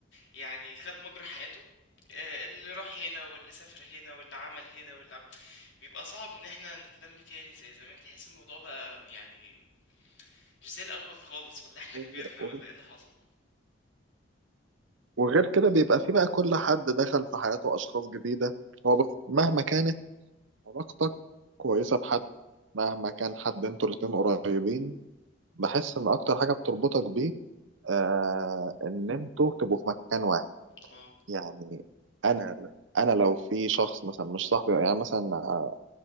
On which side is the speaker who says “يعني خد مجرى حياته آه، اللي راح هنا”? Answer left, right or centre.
Left